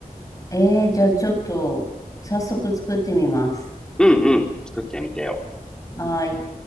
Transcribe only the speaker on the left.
えー、じゃあちょっと、早速作ってみます。
はーい。